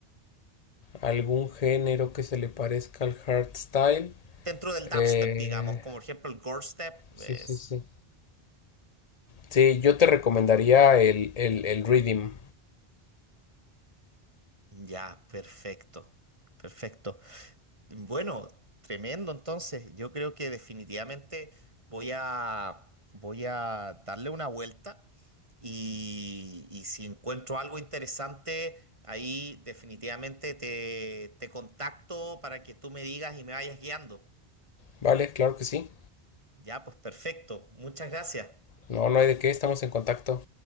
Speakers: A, on the left; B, on the right.
A: algún género que se le parezca al hardstyle.
B: Dentro del dubstep,
A: Eh,
B: digamos, como por ejemplo el gore step.
A: sí,
B: es-
A: sí, sí. Sí, yo te recomendaría el, el, el Rhythm,
B: Ya, perfecto. Perfecto. Bueno, tremendo. Entonces, yo creo que definitivamente voy a voy a darle una vuelta y, y si encuentro algo interesante, ahí definitivamente te, te contacto para que tú me digas y me vayas guiando.
A: ¿vale? Claro que sí.
B: Ya, pues perfecto. Muchas gracias.
A: No, no hay de qué, estamos en contacto.